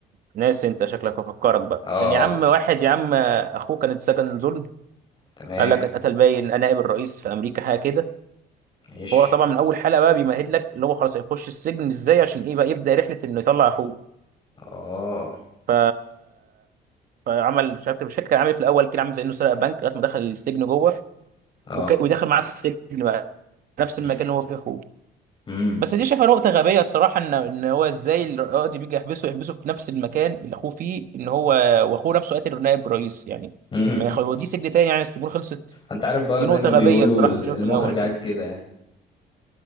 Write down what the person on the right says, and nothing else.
ناسي انت شكلك هفكرك بقى
كان يا عم واحد يا عم اخوه كان اتسجن ظلم
قال لك اتقتل باين نائب الرئيس في امريكا حاجه كده
فهو طبعا من اول حلقه بقى بيمهد لك اللي هو خلاص هيخش السجن ازاي عشان ايه بقى يبدا رحله انه يطلع اخوه
ف فعمل مش عارف مش فاكر كان عامل إيه في الاول كده عامل زي انه سرق بنك لغايه ما دخل السجن جوه
وك... ودخل معاه السجن بقى نفس
المكان اللي هو فيه اخوه
بس دي شايفها نقطة غبية الصراحة ان ان هو ازاي القاضي بيجي يحبسه يحبسه في نفس المكان اللي اخوه فيه ان هو واخوه نفسه قاتل نائب رئيس يعني
ما يخلوديه سجن تاني يعني السجون خلصت
دي
نقطة
غبية
الصراحة
كنت
شايفها في الأول كده